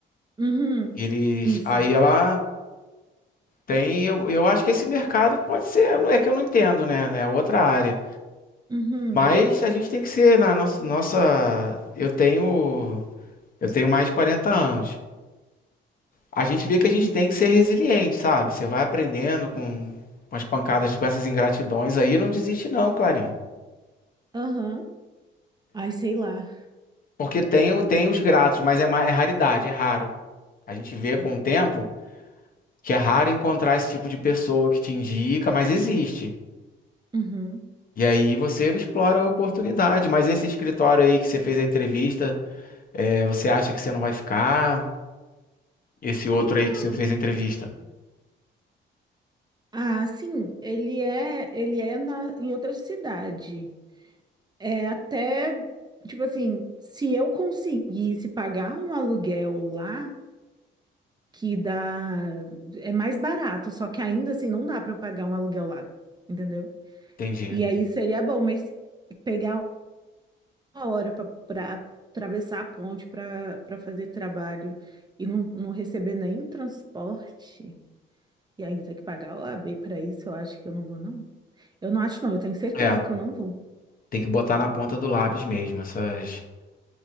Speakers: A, on the right; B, on the left.
A: Uhum.
B: Eles,
A: Isso.
B: aí ela tem, eu, eu acho que esse mercado pode ser, é que eu não entendo, né? É outra área.
A: Uhum.
B: Mas a gente tem que ser na nossa, nossa, eu tenho, eu tenho mais de 40 anos. A gente vê que a gente
A: Uhum.
B: tem que ser resiliente, sabe? Você vai aprendendo com, com as pancadas, com essas ingratidões aí, não desiste não, Clarinho.
A: Aham. Ai, sei lá.
B: Porque tem, o- tem os gratos, mas é, ma- é raridade, é raro. A gente vê
A: É.
B: com o tempo que é raro encontrar esse tipo de pessoa que te indica, mas existe.
A: Uhum.
B: E aí você explora a oportunidade. Mas esse escritório aí que você fez a entrevista, é, você acha que você não vai ficar? Esse outro
A: Então,
B: aí que você fez a entrevista?
A: ah, sim, ele é, ele é na, em outra cidade. É até, tipo assim, se eu conseguisse pagar um aluguel lá, que dá, é mais barato, só que ainda assim não dá para eu pagar um aluguel lá, entendeu?
B: Entendi.
A: E aí seria bom, mas pegar uma hora para atravessar a ponte para para fazer trabalho e não, não receber nenhum transporte e ainda ter que pagar a OAB para isso, eu acho que eu não vou, não. Eu não acho, não, eu tenho certeza
B: É,
A: que eu não vou.
B: tem que botar na ponta do lápis mesmo essas,